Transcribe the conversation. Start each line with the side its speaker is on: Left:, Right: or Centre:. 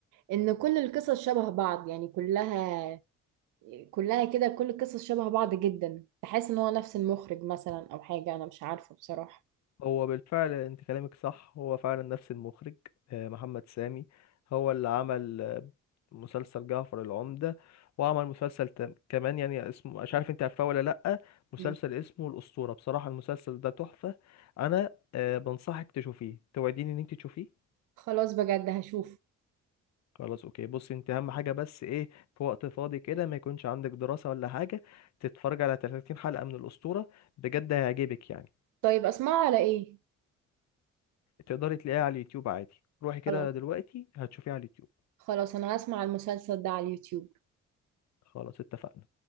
Right: ان كل القصص شبه بعض يعني كلها كلها كده كل القصص شبه بعض جدا تحس ان هو نفس المخرج مثلا او حاجه انا مش عارفه بصراحه
Left: هو بالفعل انت كلامك صح هو فعلا نفس المخرج آه، محمد سامي هو اللي عمل آه، مسلسل جعفر العمدة وعمل مسلسل تم- كمان يعني اسمه مش عارف انت عارفاه ولا لأ مسلسل
Right: مم.
Left: اسمه الأسطورة بصراحة المسلسل ده تحفة انا آه، بنصحك تشوفيه توعديني ان انت تشوفيه
Right: خلاص بجد هشوف
Left: خلاص اوكي بص انت اهم حاجه بس ايه في وقت فاضي كده ما يكونش عندك دراسه ولا حاجه تتفرج على 30 حلقه من الاسطوره بجد هيعجبك يعني
Right: طيب اسمعه على ايه
Left: تقدري تلاقيها على اليوتيوب عادي روحي كده
Right: خلاص
Left: دلوقتي هتشوفيها على اليوتيوب
Right: خلاص انا هسمع المسلسل ده على اليوتيوب
Left: خلاص اتفقنا